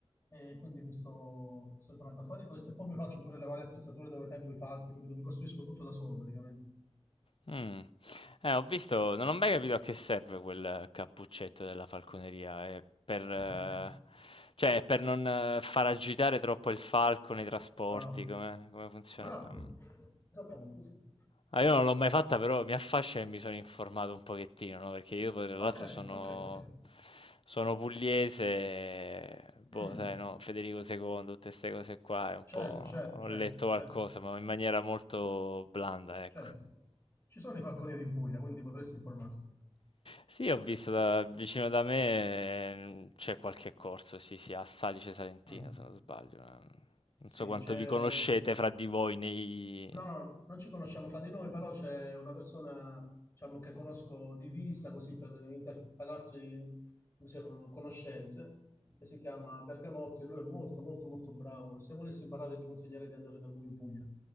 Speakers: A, on the left (about 25°); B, on the left (about 55°).
A: E quindi mi sto, sto imparando a fare questo e poi mi faccio pure le varie attrezzature dove tengo i falchi, capito? Mi costruisco tutto da solo praticamente.
B: Mh. Eh, ho visto non ho mai capito a che serve quel cappuccetto della falconeria. È per eh,
A: <laughs>
B: cioè, è per non eh, far agitare troppo il falco nei trasporti?
A: Bravo,
B: Come come funziona?
A: bravo.
B: Mh.
A: Esattamente, sì.
B: Ah, io non l'ho mai fatta, però mi affascina e mi sono informato un pochettino, no, perché io poi tra l'altro
A: Ok,
B: sono
A: ok, ok.
B: sono pugliese e boh,
A: Mm.
B: sai, no, Federico II, tutte 'ste cose qua, è un
A: Certo,
B: po'
A: certo,
B: ho
A: certo,
B: letto qualcosa,
A: certo,
B: ma in maniera molto blanda, ecco.
A: certo. Ci sono i falconieri in Puglia, quindi potresti informarti.
B: Sì, ho visto da vicino da me, ehm, c'è qualche corso, sì, sì, a Salice Salentino,
A: Mm.
B: se non sbaglio. ma Non
A: Sì,
B: so quanto
A: c'è...
B: vi conoscete fra di voi nei...
A: No, no, no, non ci conosciamo fra di noi, però c'è una persona, diciamo, che conosco di vista, così per interparlarci, come si chiamano, conoscenze, che si chiama Bergamotti e lui è molto, molto, molto bravo. Se volessi imparare ti consiglierei di andare da lui in Puglia.